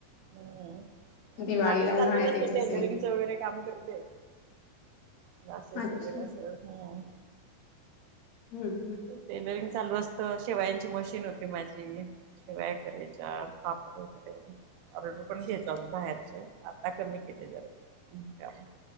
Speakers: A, on the right; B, on the left.
A: हम्म आणि
B: दिवाळीला
A: माझं चाललेलं
B: उन्हाळ्यात
A: असत
B: येत
A: टेलरिंगच
B: असेल.
A: वगैरे काम करते. क्लासेस
B: अच्छा.
A: वगैरे असं.. हम्म...
B: हम्म..
A: टेलरिंग चालू असतं शेवायाची मशीन होती माझी शेवाया करायच्या पापड वगैरे. ऑर्डर पण घेतो आम्ही बाहेरच्या आता कमी केले जरा ते त्यामुळ